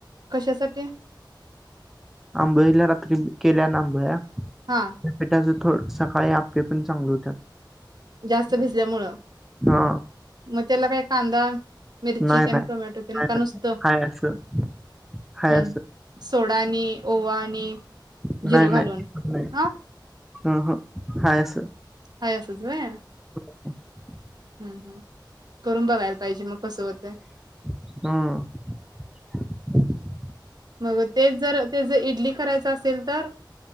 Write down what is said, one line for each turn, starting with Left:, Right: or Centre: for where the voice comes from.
Right: कशासाठी
Centre: आंबोळी रात्री केल्या ना आंबोळी
Right: हा
Centre: ट सु हो सकाळी आप्पे पण चांगले होतात.
Right: जास्त भिजल्यामुळं
Centre: हा
Right: मगं त्याला काय कांदा मिरची
Centre: नाय
Right: त्यान
Centre: नाय
Right: टोमॅटो त्यान
Centre: हाय
Right: का नुसतं
Centre: हाय असं हाय
Right: हम्म
Centre: असं.
Right: सोडा आणि ओवा आणि
Centre: नाय
Right: जिरं
Centre: नाय
Right: घालून
Centre: नाय हम्म
Right: हा
Centre: हम्म. हाय असं.
Right: हाय असंच व्हय.
Centre: <inaudible>
Right: हम्म हम्म करून बघायल पाहिजे मगं कसं होतय?
Centre: हम्म.
Right: मग तेच जर ते ज इडली करायच असेल तर?